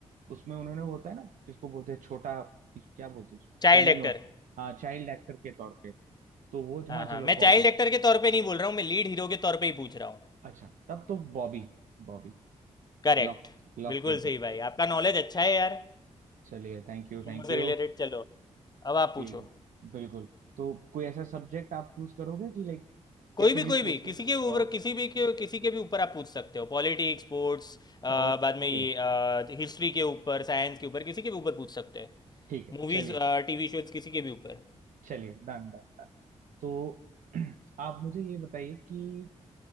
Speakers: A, on the right; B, on the left.
A: उसमें उन्होंने वो होता है ना जिसको बोलते हैं छोटा क्या बोलते हैं उसको
B: Child
A: कैमियो
B: actor
A: हाँ चाइल्ड एक्टर के तौर पे तो वो
B: हाँ
A: हाँ
B: हाँ
A: चलो
B: मैं
A: बॉबी
B: चाइल्ड एक्टर के तौर पे नहीं बोल रहा हूँ मैं लीड हीरो के तौर पे ही पूछ रहा हूँ
A: अच्छा तब तो बॉबी बॉबी
B: करेक्ट
A: लॉक लॉक
B: बिल्कुल
A: कर दीजिए
B: सही भाई आपका नॉलेज अच्छा है यार
A: चलिए थैंक यू
B: फिल्मों
A: थैंक
B: से
A: यू
B: रिलेटेड चलो अब आप पूछो
A: ठीक है बिल्कुल तो कोई ऐसा सब्जेक्ट आप चूज करोगे कि लाइक कैसे
B: कोई भी
A: भी
B: कोई
A: पूछ
B: भी
A: लो
B: किसी के
A: ओ-
B: ऊपर किसी भी के किसी के भी ऊपर आप पूछ सकते हो पॉलिटिक्स स्पोर्ट्स बाद
A: ओके
B: में ये हिस्ट्री के ऊपर साइंस के ऊपर किसी के भी ऊपर पूछ सकते हैं
A: ठीक है
B: मूवीज
A: चलिए
B: टीवी शोज किसी के भी ऊपर
A: चलिए डन डन तो <clears throat> आप मुझे ये बताइए कि